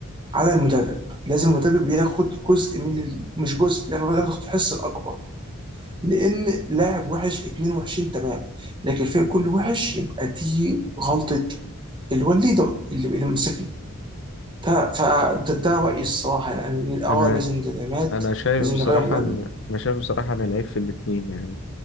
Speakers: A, on the right; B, on the left.
A: على المدرب لازم المدرب ياخد جزء من ال... مش جزء لا، هو ياخد الحصه الاكبر لان لاعب وحش اتنين وحشين تمام لكن الفريق كله وحش يبقى دي غلطه اللي هو الليدر اللي اللي ماسكنا ف- فده ده رأيي الصراحة يعني اه
B: انا
A: لازم تدعيمات
B: انا شايف
A: لازم
B: بصراحه
A: نغير مدرب
B: ان انا شايف بصراحه ان العيب في الاثنين يعني